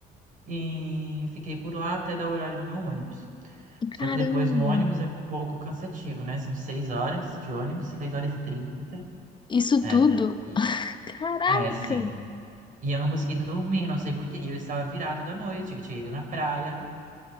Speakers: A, on the right; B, on the left.
A: E fiquei por lá até dar o horário do meu ônibus. Só
B: Caramba!
A: que depois no ônibus é pouco cansativo, né? São 6 horas de ônibus, 6 horas e 30.
B: Isso
A: É.
B: tudo?
A: E-
B: Caraca!
A: É, sim. E eu não consegui dormir, não sei por quê. E eu estava virado da noite, eu tinha ido na praia.